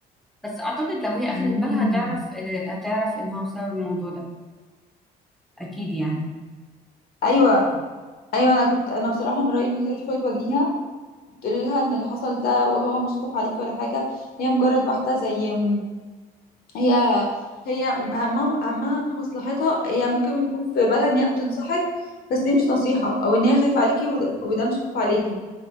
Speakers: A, in the centre; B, on the left.
A: بس اعتقد لو هي
B: مم.
A: اخدت بالها هتعرف آه، هتعرف ان هو بسبب الموضوع ده اكيد يعني
B: ايوه ايوه انا كنت انا بصراحه من رايي ان انت تدخلي تواجهيها تقولي لها ان اللي حصل ده وهو مش خوف عليكي ولا حاجه هي مجرد واحده زي م- هي هي م- همها همها مصلحتها هي ممكن يكون في بالها ان هي بتنصحك بس دي مش نصيحه او ان هي خايفه عليكي وده, وده مش خوف عليكي